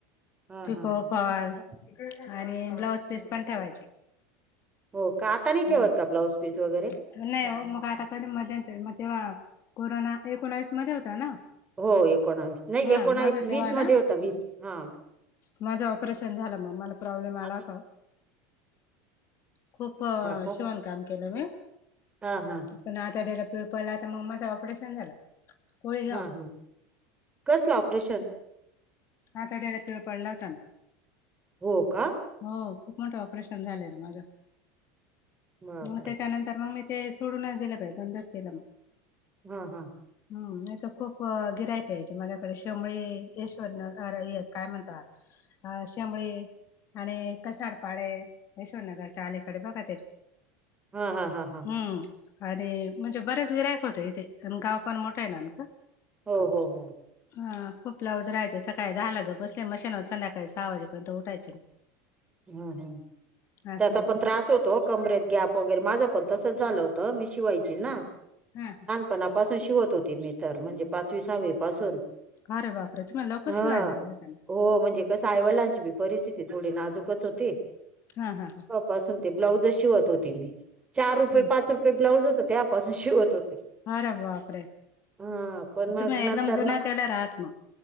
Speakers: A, on the right; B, on the left.
A: हा
B: पिको
A: हा
B: फॉल
A: <unintelligible>
B: आणि ब्लाऊज पीस पण ठेवायचे.
A: हो का आता नाही
B: हम्म.
A: ठेवत का ब्लाऊज पीस वगैरे,
B: नाही ओ मग आता कधी मध्येतरी मग तेव्हा कोरोना एकोणावीस मध्ये होता ना.
A: हो एकोणावीस नाही
B: हा
A: एकोणास
B: माझं तेव्हा
A: वीस मध्ये
B: ना
A: होता वीस हा.
B: माझं ऑपरेशन झालं मग मला प्रॉब्लेम आला
A: हा
B: होता. खूप अ
A: का
B: शिवन काम केलं मी.
A: हा हा
B: पन आता डेला पिळ पाहिला तमाज ऑपरेशन झालं. पोळीगाव
A: हा ह कसलं ऑपरेशन?
B: आतड्याला पिळ पडला होता ना.
A: हो का.
B: हो खूप मोठं ऑपरेशन झालेलं माझं
A: बापरे
B: मग त्याच्यानंतर मग मी, ते सोडून नाही दिलं पाई बंदच केला मग.
A: हा हा
B: हम्म नाही तर खूप गिरायक या्यायचे माझ्याकडे शेमळे ईश्वर येत काय म्हणतात. अ अश्यामुळे, आणि कसाडपाडे यशवरनगरच्या अलीकडे बघा ते.
A: हा हा हा हा
B: हम्म, आणि म्हणजे बरेच गिरयक होते इथे गाव पण मोठं आहे ना आमचं.
A: हो हो हो
B: हा खूप लावज राहायचे सकाळी दहाला ज बसले मशीनवर संध्याकाळी सहा वाजेपर्यंत उठायचे नाई.
A: हम् हम्
B: असं
A: त्याचा
B: होतं
A: पण त्रास हो. तो कमरेत गॅप वगैरे माझं पण तसं झालं होत मी शिवायची ना,
B: हा
A: पणापासून शिवत होती मी तर म्हणजे पाचवी सहावी पासून,
B: अरे बापरे तुम्हाला लवकर
A: हा
B: शिवा्हायला लागला त्यान,
A: हो म्हणजे, कस आईवडलांची बी परिस्थिती थोडी नाजूकच होती.
B: हा हा हा
A: त्या पासुन ते ब्लाउज शिवत होते मी चार रुपये
B: हम्म.
A: पाच रुप, ते ब्लाऊज होते त्यापासून शिवत होते.
B: अरे बापरे,
A: हा पण मग
B: तुम्ही
A: नंतर
B: एकदम जुन्या
A: ना
B: टेलर आहात मग.